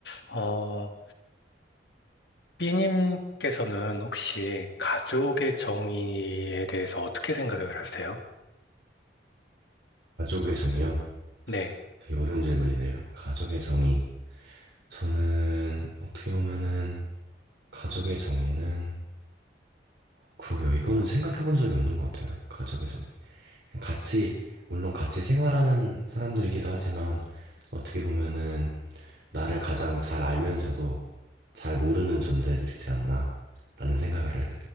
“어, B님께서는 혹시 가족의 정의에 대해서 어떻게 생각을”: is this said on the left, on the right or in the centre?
Left